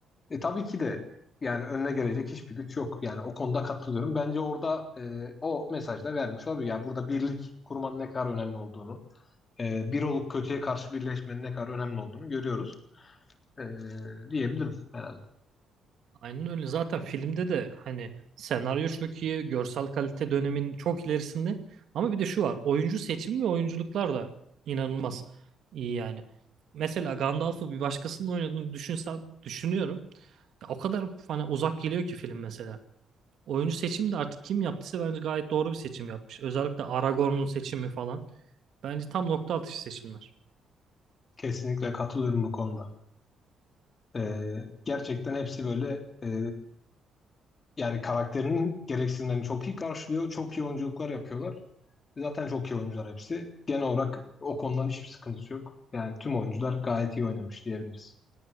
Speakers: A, on the left; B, on the right.
A: e, tabii ki de yani önüne gelecek hiçbir güç yok. Yani o konuda katılıyorum. Bence orada e, o mesaj da vermiş olabilir. Yani burada birlik kurmanın ne kadar önemli olduğunu, e, bir olup kötüye karşı birleşmenin ne kadar önemli olduğunu görüyoruz e, diyebilirim herhalde.
B: Aynen öyle. Zaten filmde de hani senaryo çok iyi, görsel kalite dönemin çok ilerisinde. Ama bir de şu var. Oyuncu seçimi ve oyunculuklar da inanılmaz iyi yani. Mesela Gandalf'ı bir başkasının oynadığını düşünsem düşünüyorum. Ya o kadar hani uzak geliyor ki film mesela. Oyuncu seçimi de artık kim yaptıysa bence gayet doğru bir seçim yapmış. Özellikle Aragorn'un seçimi falan. Bence tam nokta atışı seçimler.
A: Kesinlikle katılıyorum bu konuda. E, gerçekten hepsi böyle e, yani karakterinin gereksinimlerini çok iyi karşılıyor. Çok iyi oyunculuklar yapıyorlar. Zaten çok iyi oyuncular hepsi. Genel olarak o konudan hiçbir sıkıntısı yok. Yani tüm oyuncular gayet iyi oynamış diyebiliriz.